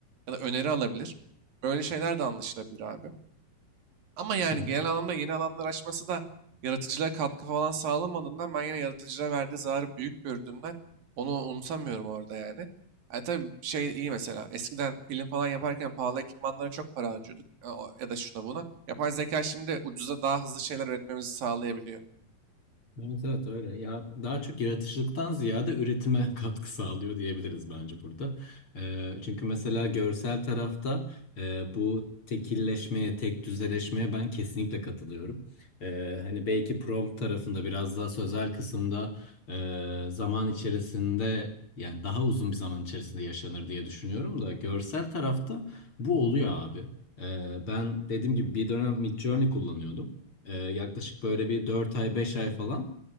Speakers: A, on the right; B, on the left.
A: Ya da öneri alabilir. Böyle şeyler de anlaşılabilir abi. Ama yani
B: Hı hı.
A: genel anlamda yeni alanlar açması da yaratıcılığa katkı falan sağlamadığından ben yine yaratıcılığa verdiği zararı büyük gördüğümden onu unutamıyorum orada yani. E tabii şey iyi mesela eskiden film falan yaparken pahalı ekipmanlara çok para harcıyorduk E, o- ya da şuna buna. Yapay zeka şimdi ucuza daha hızlı şeyler üretmemizi sağlayabiliyor.
B: Evet evet öyle. Ya daha çok yaratıcılıktan ziyade üretime <laughs> katkı sağlıyor diyebiliriz bence burada. Ee, çünkü mesela görsel tarafta e, bu tekilleşmeye, tek düzeleşmeye ben kesinlikle katılıyorum. Ee, hani belki prompt tarafında biraz daha sözel kısımda e, zaman içerisinde yani daha uzun bir zaman içerisinde yaşanır diye düşünüyorum da görsel tarafta bu oluyor abi. Ee, ben dediğim gibi bir dönem Midjourney kullanıyordum. Ee, yaklaşık böyle bir 4 ay 5 ay falan.